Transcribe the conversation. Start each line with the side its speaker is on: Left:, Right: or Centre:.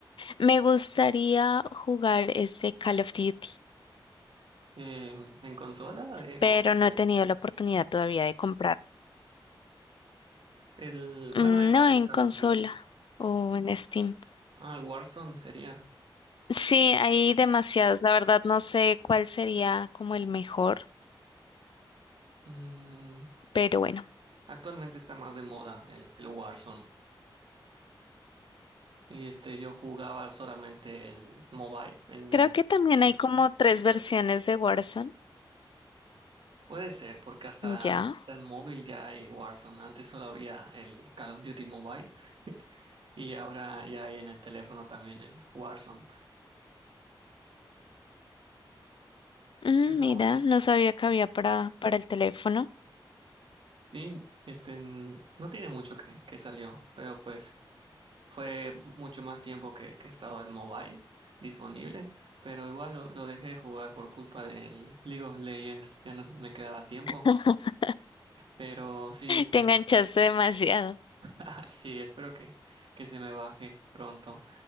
Left: Me gustaría jugar ese Call of Duty,
Right: eh, en consola eh,
Left: pero
Right: o en
Left: no
Right: móvil?
Left: he tenido la oportunidad todavía de comprar.
Right: El, bueno,
Left: Mm,
Right: hay varios
Left: no en
Right: Call
Left: consola
Right: of Duty.
Left: o en Steam.
Right: Ah, el Warzone sería.
Left: Sí, hay demasiados. La verdad no sé cuál sería como el mejor,
Right: Mm,
Left: pero bueno.
Right: actualmente está más de moda el, el Warzone. Y este, yo jugaba solamente el mobile en el
Left: Creo que también
Right: teléfono.
Left: hay como tres versiones de Warzone.
Right: Puede ser, porque hasta,
Left: Ya.
Right: hasta en móvil ya hay Warzone. Antes solo había el Call of Duty Mobile y ahora ya hay en el teléfono también el Warzone.
Left: Mm,
Right: Pero
Left: mira,
Right: bueno.
Left: no sabía que había para, para el teléfono.
Right: Y este, mm, no tiene mucho que, que salió, pero pues. Fue mucho más tiempo que, que estaba el mobile disponible, pero igual lo, lo dejé de jugar por culpa del League of Legends, ya no me quedaba tiempo,
Left: <laughs>
Right: pero sí, este,
Left: Te enganchaste demasiado.
Right: <laughs> sí, espero que, que se me baje pronto.